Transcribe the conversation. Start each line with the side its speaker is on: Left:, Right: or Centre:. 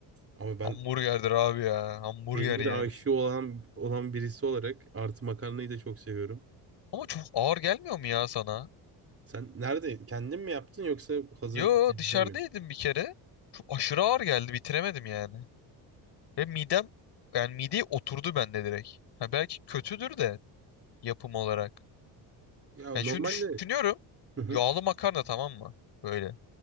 Right: Ama ben
Left: Hamburgerdir abi ya. Hamburger
Right: peynir
Left: yani.
Right: aşığı olan olan birisi olarak artı makarnayı da çok seviyorum.
Left: Ama çok ağır gelmiyor mu ya sana?
Right: Sen nerede? Kendin mi yaptın yoksa hazır
Left: Yo
Right: şeylerden
Left: dışarıdaydım
Right: mi?
Left: bir kere. Çok aşırı ağır geldi bitiremedim yani. Ve midem yani mideye oturdu bende direkt. Ha, belki kötüdür de yapım olarak.
Right: Ya
Left: Yani
Right: normalde
Left: şunu düşünüyorum.
Right: Hı hı.
Left: Yağlı makarna tamam mı? Böyle.